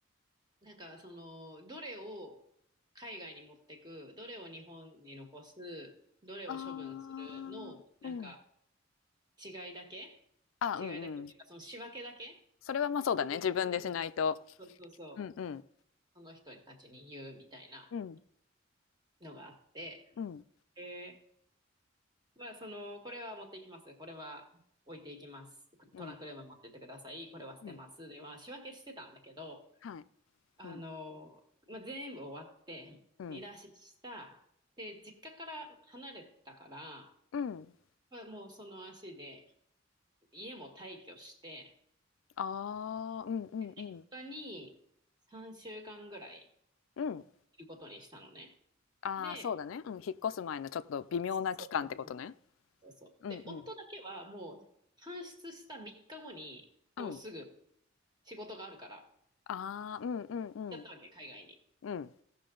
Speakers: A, on the right; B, on the left.
A: なんか、その、どれを海外に持ってく、どれを日本に残す、どれを処分するの、
B: ああうん
A: なんか、違いだけ
B: あうんうん
A: 違いだけっていうか、その仕分けだけ
B: それはまあそうだね自分でしないと
A: 当日、そうそうそう、
B: うんうん
A: その人たちに言うみたいな
B: うん
A: のがあって、
B: うん
A: でまあ、その、これは持っていきます。これは置いていきます。
B: うん
A: トランクルーム持ってってください。これは捨てます。
B: うん
A: で、まあ、仕分けしてたんだけど、
B: はい。
A: あの、
B: うん
A: まあ、全部終わって、
B: うん
A: 見出しした。で、実家から離れてたから、
B: うん
A: まあ、もうその足で、家も退去して、
B: ああうんうんうん
A: 実家に3週間ぐらい
B: うん
A: いることにしたのね。
B: ああそうだねうん引っ越す前のちょっと微妙な期間ってことね
A: で、そうそうそうそう。
B: うんうん
A: で、夫だけはもう、搬出した3日後に、
B: うん
A: もうすぐ、仕事があるから、
B: ああうんうんうん
A: 行っちゃったわけ、海外に。
B: うん